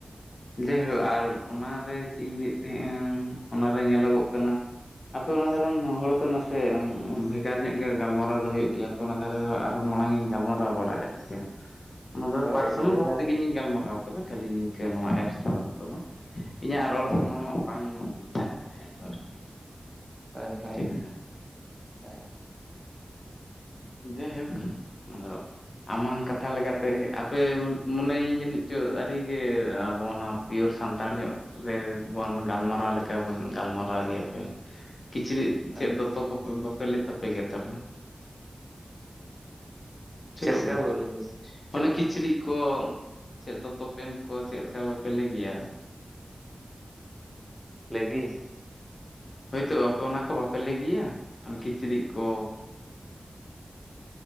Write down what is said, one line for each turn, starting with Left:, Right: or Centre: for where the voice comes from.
Left: ᱡᱟᱭᱦᱳᱠ ᱟᱨ ᱚᱱᱟᱨᱮ ᱪᱮᱫ ᱤᱧ ᱞᱟᱹᱭᱮᱫ ᱛᱟᱦᱮᱸᱫᱟ ᱚᱱᱟᱨᱮ ᱧᱮᱞᱚᱜᱚᱜ ᱠᱟᱱᱟ ᱾ ᱟᱯᱮ ᱚᱱᱟ ᱫᱷᱟᱨ ᱨᱮᱱ ᱦᱚᱲ ᱫᱚ ᱱᱟᱥᱮ ᱵᱷᱮᱜᱟᱨ ᱧᱚᱜ ᱜᱮ ᱜᱟᱞᱢᱟᱨᱟᱣ ᱫᱚ ᱦᱩᱭᱩᱜ ᱜᱮᱭᱟᱹ ᱾ ᱚᱱᱟ ᱫᱷᱟᱨᱮ ᱦᱚᱸ ᱟᱨᱦᱚᱸ ᱢᱟᱲᱟᱝ ᱤᱧ ᱜᱟᱞᱢᱟᱨᱟᱣ ᱵᱟᱲᱟ ᱠᱟᱫ ᱜᱮᱭᱟ,
Right: <unintelligible>
Left: ᱚᱱᱟᱫᱚ
Right: ᱦᱳᱭ
Left: ᱯᱟᱨᱥᱚᱱᱟᱞ
Right: ᱵᱷᱮᱜᱟᱨ
Left: ᱵᱷᱳᱠ ᱛᱮᱜᱮ ᱤᱧ ᱜᱟᱞᱢᱟᱨᱟᱣ ᱠᱟᱫᱟ ᱠᱷᱟᱹᱞᱤ ᱱᱤᱝᱠᱟᱹ ᱱᱚᱣᱟ ᱮᱯᱥ ᱛᱟᱞᱟ ᱛᱮ ᱫᱚ ᱵᱟᱝ, ᱤᱧᱟᱜ ᱨᱚᱲ
Right: ᱦᱳᱭ
Left: ᱥᱟᱱᱟᱢᱟᱜ
Right: ᱦᱳᱭ
Left: ᱵᱟᱝ ᱵᱩᱡᱷᱟᱹᱜ ᱛᱟᱦᱮᱸ <unintelligible> ᱟᱨᱠᱤ᱾
Right: ᱦᱳᱭ
Left: ᱴᱷᱤᱠ ᱥᱮ
Right: ᱦᱳᱭ <inaudible>
Left: ᱡᱟᱭᱦᱳᱠ, ᱟᱫᱚ ᱟᱢᱟᱝ ᱠᱟᱛᱷᱟ ᱞᱮᱠᱟᱛᱮ, ᱟᱯᱮ ᱢᱚᱱᱮᱭᱧ ᱡᱟᱹᱱᱤᱡ ᱪᱚ, ᱟᱹᱰᱤᱜᱮ, ᱟᱵᱚ ᱱᱚᱣᱟ ᱯᱤᱭᱳᱨ ᱥᱟᱱᱛᱟᱲ ᱧᱚᱜ ᱨᱮ ᱵᱚᱱ ᱜᱟᱞᱢᱟᱨᱟᱣ ᱞᱮᱠᱟ ᱵᱚᱱ, ᱜᱟᱞᱢᱟᱨᱟᱣ ᱜᱮᱭᱟ ᱯᱮ, ᱠᱤᱪᱨᱤᱡ
Right: ᱦᱳᱭ
Left: ᱪᱮᱫ ᱫᱚᱛᱚ ᱠᱚ, ᱵᱟᱯᱮ ᱞᱮ ᱛᱟᱯᱮᱜᱮᱜ ᱜᱮ, ᱛᱟᱢᱟ ᱴᱷᱤᱠ
Right: ᱪᱮᱫ ᱞᱮᱠᱟ
Left: ᱥᱮ,
Right: ᱵᱟᱹᱞᱤᱧ ᱵᱩᱡ ᱪᱮᱫ
Left: ᱚᱱᱮ
Right: ᱞᱮᱠᱟ
Left: ᱠᱤᱪᱨᱤᱡ ᱠᱚ᱾ ᱪᱮᱫ ᱫᱚᱛᱚ ᱯᱮᱱᱴ ᱠᱚ, ᱪᱮᱫ ᱞᱮᱠᱟ ᱵᱟᱯᱮ ᱞᱮᱭᱜᱮᱭᱟ?
Right: ᱞᱟᱹᱭ ᱜᱤ ᱾
Left: ᱦᱳᱭᱛᱳ, ᱟᱯᱮ ᱚᱱᱟ ᱠᱚ, ᱵᱟᱯᱮ ᱞᱟᱹᱭ ᱜᱮᱭᱟ, ᱚᱱᱮ ᱠᱤᱪᱨᱤᱡ ᱠᱚ?